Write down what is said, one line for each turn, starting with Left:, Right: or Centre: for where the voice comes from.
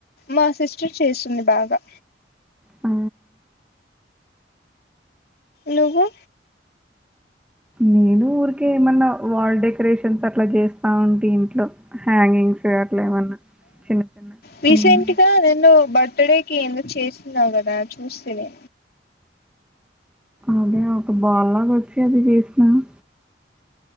Left: మా సిస్టర్ చేస్తుంది బాగా
Centre: మ్
Left: నువ్వూ
Centre: నేను ఊరికే ఏమన్నా వాల్ డెకరేషన్స్ అట్లా చేస్తా ఉంటి ఇంట్లో. హ్యాంగింగ్స్ అట్లా ఏమన్నా చిన్న చిన్న
Left: రీసెంట్గా
Centre: హ్మ్.
Left: నిన్ను బర్త్డేకి ఏందో చేసిన్నావు కదా చూస్తిని.
Centre: అదే ఒక బాల్ లాగ వచ్చింది చేసినాను.